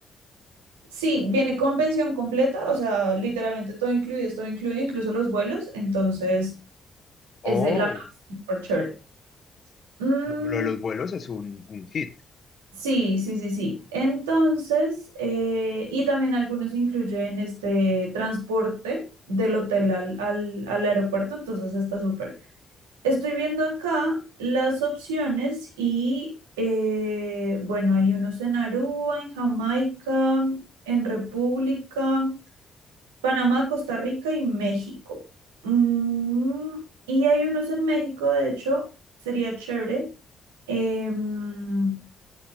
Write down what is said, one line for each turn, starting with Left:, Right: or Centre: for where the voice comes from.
Right: sí, viene con pensión completa, o sea, literalmente todo incluido, es todo incluido, incluso los vuelos, entonces ese,
Left: Oh,
Right: la verdad, es súper chévere. Mm,
Left: no, lo de los vuelos es un, un hit.
Right: Sí, sí, sí, sí. Entonces, eh, y también algunos incluyen este transporte del hotel al, al, al aeropuerto, entonces está súper. Estoy viendo acá las opciones y, eh, bueno, hay unos en Aruba, en Jamaica, en República, Panamá, Costa Rica y México. Mm, y hay unos en México, de hecho, sería chévere. em,